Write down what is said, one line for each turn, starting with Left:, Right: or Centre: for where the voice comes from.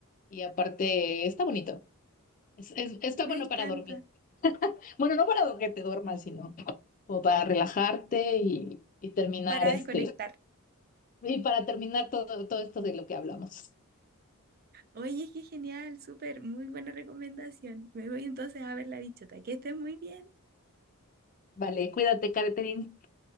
Left: y aparte está bonito. Es, es- está
Right: me
Left: bueno
Right: encanta.
Left: para dormir. Bueno, no para que te duermas, sino como para relajarte y, y terminar
Right: Para
Left: este...
Right: desconectar.
Left: Y para terminar todo, todo esto de lo que hablamos.
Right: Oye, qué genial, súper, muy buena recomendación. Me voy entonces a ver la bichota. Que estés muy bien,
Left: Vale, cuídate, Catherine.